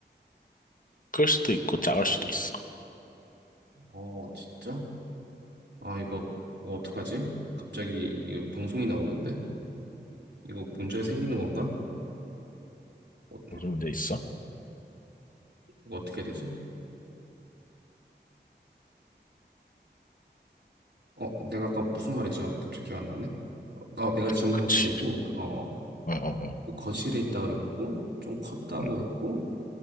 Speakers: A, on the left (about 45°); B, on the right (about 70°).
A: 클 수도 있고, 작을 수도 있어.
B: 어, 진짜? 아, 이거, 어, 어떡하지? 갑자기, 이거 방송이 나오는데? 이거 문제가 생기는 건가? 어,
A: 무슨 문제 있어?
B: 이거 어떻게 해야 되지? 어, 내가 아까 무슨 말했지? 아, 갑자기 기억 안 나네? 어, 어, 내가 질문할
A: 그치.
B: 차례고, 어, 어.
A: 어, 어, 어.
B: 그 거실에 있다 그랬고, 좀 컸다고
A: 응.
B: 했고,